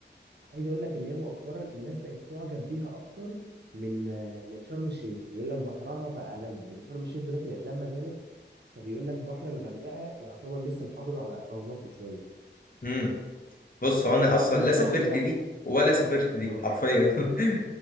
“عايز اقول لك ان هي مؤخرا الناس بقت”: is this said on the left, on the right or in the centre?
Right